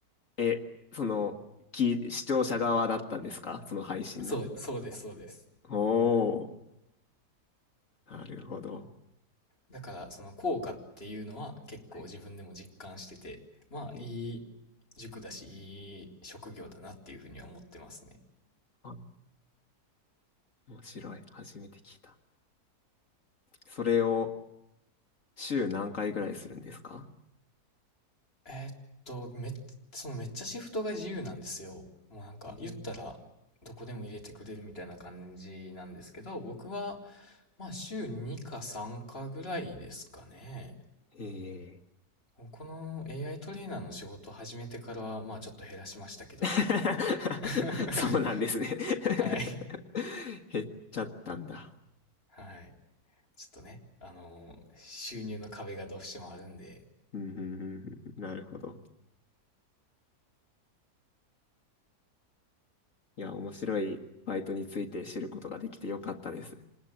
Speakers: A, on the left (about 55°); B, on the left (about 40°).
A: え、その、き、視聴者側だったんですかその配信の。
B: そう、そうです、そうです。
A: おー、なるほど。
B: だからその効果っていうのは結構自分でも実感してて、
A: はい。
B: まあいい塾だし、
A: え、
B: いい職業だなっていうふうには思ってますね。
A: あ、面白い。初めて聞いた。それを週何回ぐらいするんですか
B: えーっと、めっ、そのめっちゃシフトが自由なんですよ。もうなんか言ったらどこでも入れてくれるみたいな感じなんですけど、
A: えー、
B: 僕はまあ週2か3かぐらいですかね。
A: えー
B: もうこの AI トレーナーの仕事を始めてからはまあちょっと減らしましたけど。
A: <laughs>
B: <laughs>
A: そうなんですね
B: はい。
A: <laughs> 減っちゃったんだ。
B: <laughs> はい。ちょっとね、あのー収入の壁がどうしてもあるんで、
A: うんうんうんうんなるほど。いや、面白いバイトについて知ることができてよかったです。